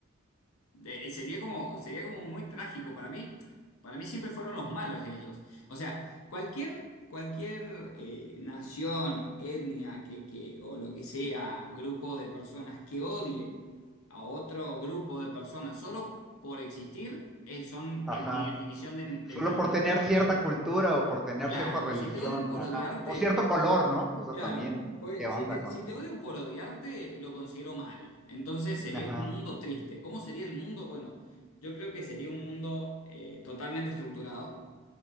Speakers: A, on the left; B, in the centre.
A: De- sería como, sería como muy trágico. Para mí, para mí siempre fueron los malos ellos. O sea, cualquier, cualquier eh, nación, etnia que, que- o lo que sea, grupo de personas que odie a otro grupo de personas solo por existir, eh, son
B: Ajá.
A: en mi definición de, de
B: Solo
A: maldad.
B: por tener cierta cultura o por tener
A: Claro,
B: cierta religión,
A: si te odio por
B: ajá.
A: odiarte,
B: O cierto color, ¿no? O sea,
A: Claro,
B: también,
A: porque
B: ¿qué onda
A: si te,
B: con?
A: si te odio por odiarte, lo considero mal. Entonces sería
B: Ajá.
A: un mundo triste. ¿Cómo sería el mundo? Bueno, yo creo que sería un mundo eh, totalmente estructurado,